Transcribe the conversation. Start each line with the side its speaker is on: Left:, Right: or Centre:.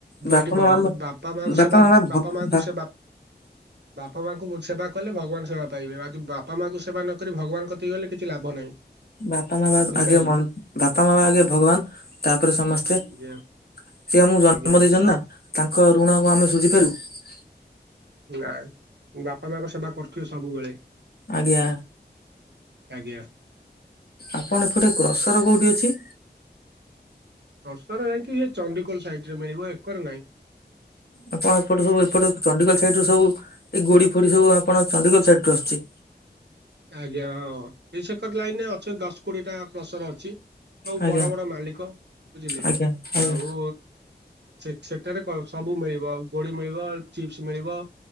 Left: ବାପା
Right: ଏଠି
Left: ମା
Right: ବାପା ମାଙ୍କୁ
Left: ବାପା
Right: ସେ ବା
Left: ମା
Right: ବାପା
Left: ଭ
Right: ମାଙ୍କୁ
Left: ବା
Right: ସେ ବାପ ବାପା ମାଙ୍କୁ ସେବା କଲେ ଭଗବାନ ସେବା ପାଇବେ, ଆଜି ବାପା ମାଙ୍କୁ ସେବା ନକରି ଭଗବାନ କତିକି ଗଲେ କିଛି ଲାଭ ନାହିଁ।
Left: ବାପା ମା
Right: ବୁଝିପାରିଲେ
Left: ଆଗେ ବାପା ମା ଆଗେ ଭଗବାନ ତାପରେ ସମସ୍ତେ। ସି
Right: ଆଜ୍ଞା
Left: ସିଏ ଆମକୁ ଜନ୍ମ
Right: ଆଜ୍ଞା।
Left: ଦେଇଛନ୍ତି ନା ତାଙ୍କ ଋଣ କଣ ଆମେ ସୁୁଝି ପାରୁିବୁ।
Right: ଆ ବାପା ମାଙ୍କ ସେବା କରୁଥିବେ ସବୁବେଳେ।
Left: ଆଜ୍ଞା
Right: ଆଜ୍ଞା।
Left: ଆପଣଙ୍କପଟେ କ୍ରସର କୋଉଠି ଅଛି?
Right: କ୍ରସର ଯାଇଁକି ଏ ଚଣ୍ଡିିଖୋଲ ସାଇଡ ରେ ମିଳିବ ଏକରେ ନାହିଁ।
Left: ଆପଣ ଏପଟେ ସବୁ ଏପଟ ଚଣ୍ଡିଖୋଲ ସାଇଡ୍ ରୁ ସବୁ ଏଇ ଗୋଡି ଫୋଡି ସବୁ ଆପଣ ଚଣ୍ଡିଖୋଲ ସାଇଡ ରୁ ଆସୁଛି।
Right: ଆଜ୍ଞା ହଁ, ଏ ସେକର ଲାଇନରେ ଅଛି ଦଶ କୋଡିଏ ଟା କ୍ରସର ଅଛି। ସବୁ
Left: ଆଜ୍ଞା
Right: ବଡ ବଡ ମାଲିକ ବୁଝିଲେ,
Left: ଆଜ୍ଞା ଆଜ୍ଞା
Right: ଆଉ ସେ ସେଠାରେ କଣ ସବୁ ମିଳିବ ଗୋଡି ମିଳିବ ଚିପ୍ସ ମିଳିବ